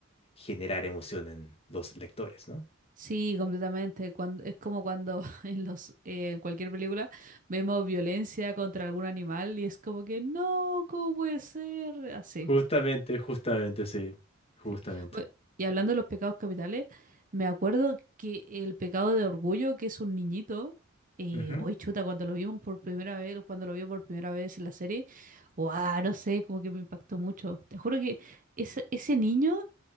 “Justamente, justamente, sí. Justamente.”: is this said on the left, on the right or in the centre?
Left